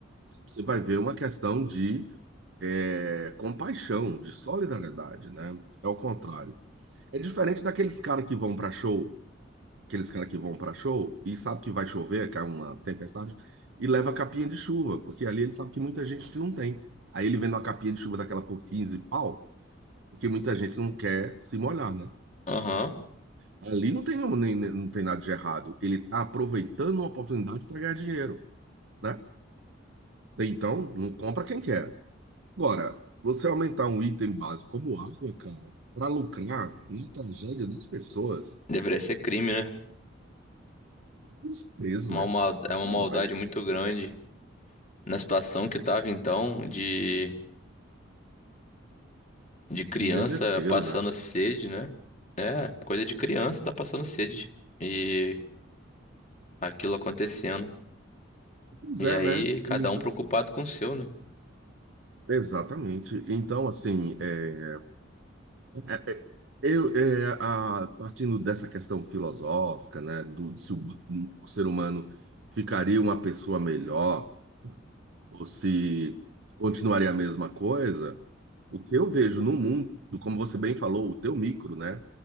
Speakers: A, on the right; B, on the left.
A: Você vai ver uma questão de é, compaixão, de solidariedade, né? É o contrário. É diferente daqueles caras que vão para show aqueles caras que vão para show e sabe que vai chover, cai uma tempestade, e leva a capinha de chuva, porque ali ele sabe que muita gente não tem. Aí ele vende uma capinha de chuva daquela por 15 pau, porque muita gente não quer se molhar, né?
B: Aham.
A: Ali não tem, nenhum, nem, nem- não tem nada de errado. Ele está aproveitando uma oportunidade para ganhar dinheiro, né? Então, não compra quem quer. Agora, você aumentar um item básico como água, cara, para lucrar na tragédia das pessoas,
B: Deveria ser crime, né?
A: desprezo,
B: Uma
A: né?
B: mal-
A: Cá
B: é uma
A: para
B: maldade
A: nós.
B: muito grande. Na situação que tava então, de, de criança
A: Desespero,
B: passando
A: né?
B: sede, né? É, coisa de criança tá passando sede. E aquilo acontecendo.
A: Pois
B: E
A: é,
B: aí,
A: né?
B: cada
A: Então,
B: um preocupado com o seu, né?
A: exatamente. Então, assim, é, é- é- eu, é, a, partindo dessa questão filosófica, né, do, de se o, o ser humano ficaria uma pessoa melhor ou se continuaria a mesma coisa, o que eu vejo no mundo, como você bem falou, o teu micro, né,